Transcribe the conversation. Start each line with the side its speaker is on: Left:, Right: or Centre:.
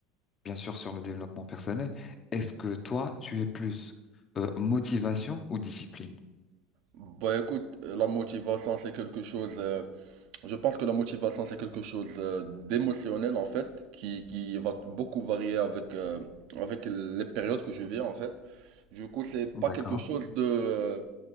Left: bien sûr, sur le développement personnel. Est-ce que toi, tu es plus euh, motivation ou discipline?
Right: Bah écoute, euh, la motivation c'est quelque chose. euh, Je pense que la motivation, c'est quelque chose euh, d'émotionnel en fait, qui, qui va beaucoup varier avec, euh, avec les périodes que je vis en fait. Du coup, c'est pas
Left: D'accord.
Right: quelque chose de, euh,